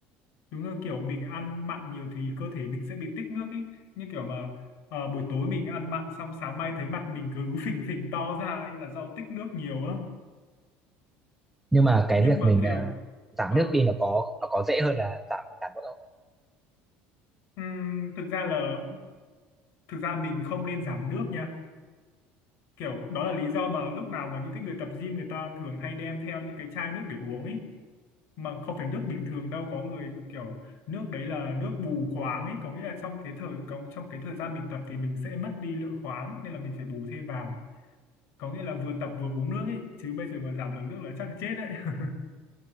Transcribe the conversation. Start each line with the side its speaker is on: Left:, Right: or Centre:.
Left: đúng rồi kiểu mình ăn mặn nhiều thì cơ thể mình sẽ bị tích nước ấy như kiểu mà ờ, buổi tối mình ăn mặn xong sáng mai thấy mặt mình cứ <laughs> phình phình to ra ấy là do tích nước nhiều á
Centre: nhưng mà cái
Left: nhưng
Centre: việc
Left: mà
Centre: mình
Left: kiểu
Centre: ờ, giảm
Left: ờ
Centre: nước đi nó có nó có dễ hơn là giảm giảm mỡ không
Left: ừm, thực ra là thực ra mình không nên giảm nước nha kiểu đó là lý do mà lúc nào mà những cái người tập gym người ta thường hay đem theo những cái chai nước để uống ấy mà không phải nước bình thường đâu có người kiểu nước đấy là nước bù khoáng ấy có nghĩa là trong cái thời trong trong cái thời gian mình tập thì mình sẽ mất đi lượng khoáng nên là mình phải bù thêm vào có nghĩa là vừa tập vừa uống nước ấy chứ bây giờ mà giảm lượng nước là chắc là chết đấy